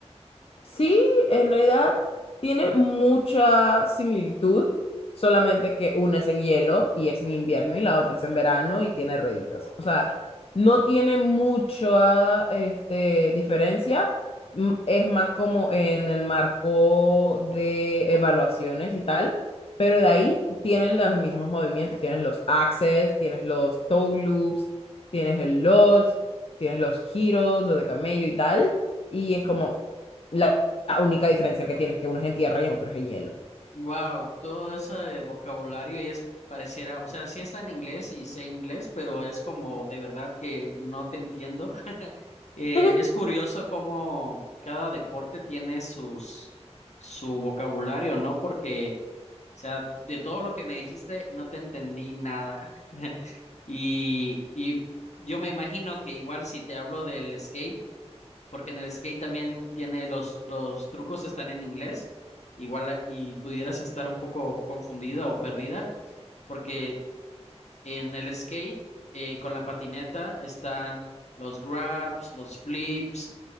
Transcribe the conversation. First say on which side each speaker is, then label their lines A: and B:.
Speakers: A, on the left (about 60°); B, on the left (about 80°).
A: Sí, en realidad tiene mucha similitud, solamente que una es en hielo y es en invierno y la otra es en verano y tiene rueditas. O sea, no tiene mucha este, diferencia, m- es más como en el marco de evaluaciones y tal, pero de ahí tienen los mismos movimientos, tienes los axes, tienes los toe loops, tienes el lodge, tienes los giros, los de camello y tal, y es como... La la única diferencia que tienes, es que uno es en tierra y en otro es en hielo.
B: Wow, todo ese vocabulario y es pareciera, o sea, sí está en inglés y sé inglés, pero es como de verdad que no te entiendo. <laughs> Eh,
A: <laughs>
B: es curioso cómo cada deporte tiene sus su vocabulario, ¿no? Porque, o sea, de todo lo que me dijiste no te entendí nada. <laughs> Y, y yo me imagino que igual si te hablo del skate porque en el skate también tiene los, los trucos están en inglés, igual y pudieras estar un poco confundida o perdida, porque en el skate eh, con la patineta están los grabs, los flips,